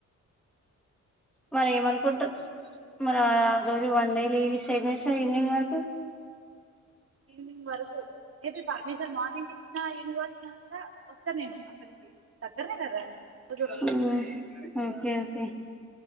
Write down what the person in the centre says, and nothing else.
మరి ఏమనుకుంటూరు మరి ఆ రోజు వన్ డే లీవ్ ఇస్తే ఎం చేస్తావ్ ఈవినింగ్ వరకు
హ్మ్మ్ ఓకే ఓకే